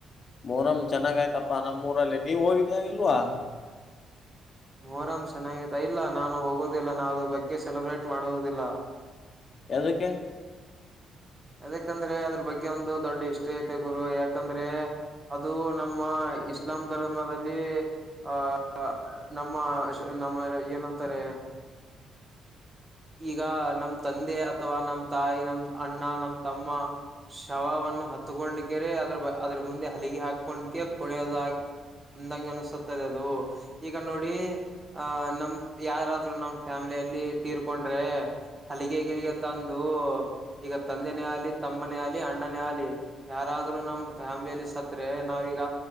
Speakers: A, on the left; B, on the right.
A: ಮೋರಮ ಚೆನ್ನಾಗ ಆಯ್ತಪ್ಪಾ ನಮ್ಮ್ೋರಲ್ಲಿ ನೀವ್ ಹೋಗಿದ್ಯಾ ಇಲ್ವಾ
B: ಮೊರಂ್ ಚೆನ್ನಾಗಿತ್ತ ಇಲ್ಲ ನಾನು ಹೋಗೋದಿಲ್ಲ ನಾವ ಆದರ ಬಗ್ಗೆ ಸೆಲೆಬ್ರೇಟ್ ಮಾಡೋದಿಲ್ಲ
A: ಎದಕ್ಕೆ
B: ಅದಕಂದ್ರೆ ಅದ್ರ ಬಗ್ಗೆ ಒಂದು ದೊಡ್ಡ ಇಷ್ಟ್ಟ್ರಿ ಐತೆ ಗುರು ಯಾಕಂದ್ರೆ ಅದು ನಮ್ಮ ಇಸ್ಲಾಂ ಧರ್ಮದಲ್ಲಿ ಆಹ ನಮ್ಮ ನಮ್ಮ ಏನಂತಾರೆ ಈಗ ನಮ ತಂದೆ ಅಥವಾ ನಮ್ ತಾಯಿ ನಮ್ ಅಣ್ಣ ನಮ್ ತಮ್ಮ ಶವವನ್ನು ಹತ್ತಕೊಂಡ ಕೇರೆ ಅದ್ರ ಅದ್ರ ಮುಂದೆ ಹಲಿಗೆ ಹಾಕ ಕೊಂಡಕ ಕುಣಿಯೋದ ಅಂದಂಗ ಅನಿಸುತ್ತದೆ ಅದು ಈಗ ನೋಡಿ ಆಹ ನಮ ಯಾರಾದ್ರು ನಮ್ ಫ್ಯಾಮಿಲಿಯಲ್ಲಿ ತೀರ್ಕೊಂಡ್ರೆ ಹಲಗೆ ಗಿಲ್ಗೆ ತಂದು ಈಗ ತಂದೆನೇ ಆಗಲಿ ತಮ್ಮನೇ ಆಲಿ ಅಣ್ಣ ಅಣ್ಣನೇ ಆಲಿ ಯಾರಾದ್ರೂ ನಮ್ ಫ್ಯಾಮ್ಲಿಯಲ್ಲಿ ಸತ್ರೆ ನಾವೀಗ